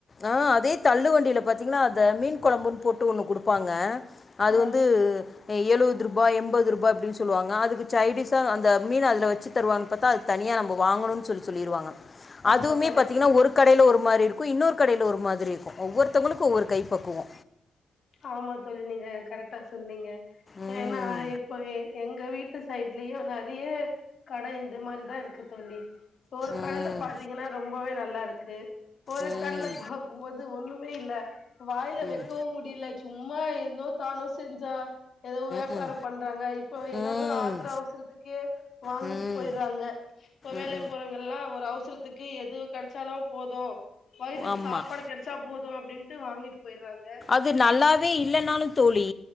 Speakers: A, on the left; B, on the left.
A: ஆ அதே தள்ளு வண்டியில பாத்தீங்கன்னா அத மீன் குழம்புன்னு போட்டு ஒண்ணு குடுப்பாங்க அது
B: ஆ
A: வந்து எழுபது ருபா எண்பது ருபா அப்டின்னு சொல்லுவாங்க அதுக்கு சைடீஸா அந்த மீன அதில வச்சு தருவாங்கு பாத்தா அது தனியா நம் வாங்கணுனு சொல்லி சொல்லிருவாங்க
B: ஆமா
A: அதுவுமே
B: கரெக்ட்
A: பாத்தீங்கனா ஒருக் கடையி ஒரு மாரி இருக்கு இன்னொரு கடையில ஒரு மாதிரி இருக்கு ஒவ்வொருத்தவ்ங்களுக்கு ஒவ்வொரு கை பக்குவோ
B: ஆமா தோழி நீங்க கரெக்டா சொன்னீங்க
A: ம்
B: ஏன்னா இப்போ எங்க வீ ட்டு சைட்லயு நிறைய கட இந்த மாரிதா இருக்கு தொல்லி ஒரு கடல்ல
A: ம்
B: பாத்தீங்கனா ரொம்பவே நல்லா இருக்கு ஒரு
A: ம்
B: கட்ல பாக்கும்போது ஒண்ணுமே இல்ல வாயில
A: ம்
B: வெக்கவு முடியல சும்மா என்னோ தானோ செஞ்சா ஏதோ வியாப்பாரோ
A: ம்
B: பண்றாங்க இப்போ
A: ம்
B: ஏதாவ்து ஆத்திர அவ்சர்த்துக்கே வாங்கிட்டு
A: ம்
B: போயறாங்க இப்ப வேலை
A: ம்
B: போறவங்க எல்லா ஒரு அவ்சரத்துக்கு எது கடை கெச்சாலு போது வய்துக்கு
A: ஆமாம்
B: சாப்பாடு கெடச்சா போது அப்டின்டு வாங்கிட்டு போய்றாங்க
A: அது நல்லாவே இல்லன்னாலு தோழி